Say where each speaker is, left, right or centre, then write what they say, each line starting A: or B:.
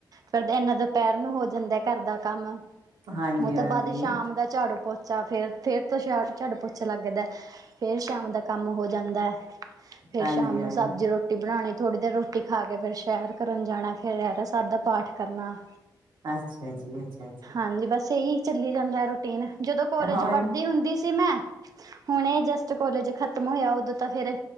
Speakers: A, on the right; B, on the right.
A: ਫਿਰ ਇਨਾ ਦੁਪਹਿਰ ਨੂੰ ਹੋ ਜਾਂਦਾ ਘਰ ਦਾ ਕੰਮ,
B: ਹਾਂਜੀ-ਹਾਂਜੀ,
A: ਉਹ ਤੋਂ ਬਾਅਦ ਸ਼ਾਮ ਦਾ ਝਾੜੂ-ਪੋਚਾ ਫੇਰ, ਫੇਰ ਤੋਂ ਝਾੜੂ-ਪੋਚਾ ਲੱਗਦਾ ਫੇਰ ਸ਼ਾਮ ਦਾ ਕੰਮ ਹੋ ਜਾ ਜਾਂਦਾ। ਫੇਰ
B: ਹਾਂਜੀ-ਹਾਂਜੀ,
A: ਸ਼ਾਮ ਨੂੰ ਸਬਜ਼ੀ-ਰੋਟੀ ਬਣਾਉਣੀ, ਥੋੜ੍ਹੀ ਦੇਰ ਰੋਟੀ ਖਾ ਕੇ ਫੇਰ ਸੈਰ ਕਰਨ ਜਾਣਾ, ਫਿਰ ਰਹਿਰਾਸ ਸਾਹਿਬ ਦਾ ਪਾਠ ਕਰਨਾ।
B: ਅੱਛਾ ਜੀ, ਅੱਛਾ, ਅੱਛਾ
A: ਹਾਂਜੀ, ਬਸ ਇਹੀ ਚੱਲੀ ਜਾਂਦਾ ਰੂਟੀਨ, ਜਦੋਂ ਕੋਲੇਜ
B: ਹੋਰ
A: ਪੜ੍ਹਦੀ ਹੁੰਦੀ ਸੀ ਮੈਂ ਹੁਣਏ ਜਸਟ ਕੋਲਜ ਖ਼ਤਮ ਹੋਇਆ, ਉਹ ਤਾਂ ਫੇਰ